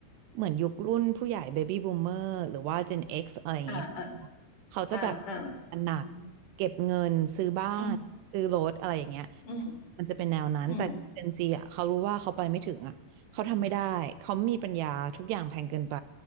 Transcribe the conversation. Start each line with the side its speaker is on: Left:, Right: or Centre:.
Right: เหมือนยุครุ่นผู้ใหญ่ Baby Boomer หรือว่า Gen X อะไรอย่างเงี้ย
Left: อ่าอ่า
Right: เขาจะแบบ
Left: อ่าอืม
Right: หนักเก็บเงินซื้อบ้านซื้อรถอะไรอย่างเงี้ย
Left: อืมอืม
Right: มันจะเป็นแนวนั้น
Left: อืม
Right: แต่ Gen Z อ่ะเขารู้ว่าเขาไปไม่ถึงอ่ะเขาทำไม่ได้เขามีปัญญาทุกอย่างแพงเกินไป